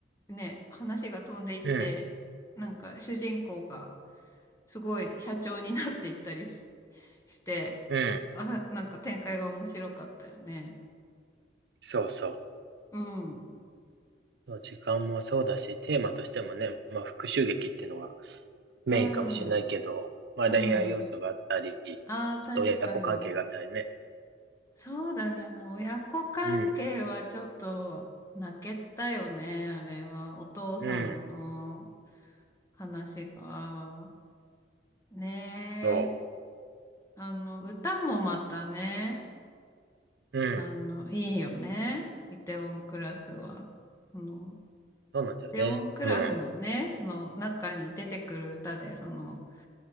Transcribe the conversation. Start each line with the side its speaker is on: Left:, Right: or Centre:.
Left: ね、話が飛んでいって、
Right: うん。
Left: なんか主人公がすごい社長になっていったりして、
Right: うん。
Left: あ、なんか展開が面白かったよね。
Right: そうそ
Left: うん。
Right: う。時間もそうだし、テーマとしてもね、まあ復讐劇っていうのがメインかもしれないけど、
Left: うん。
Right: まあ恋愛要素があったり、
Left: うん。
Right: ちょっと親子関係があったりね。
Left: ああ、確かに。そうだね。あの、親子関係はちょっと泣けたよね。
Right: うん。
Left: あれは。お父さんの
Right: うん。
Left: 話が。ねえ。
Right: そ
Left: あの、歌もまたね。
Right: う。うん。
Left: あの、いいよね。イテウォンクラスは。その、
Right: そうなんだよね。
Left: イテウォンクラスのね、
Right: うん。
Left: その中に出てくる歌で、その、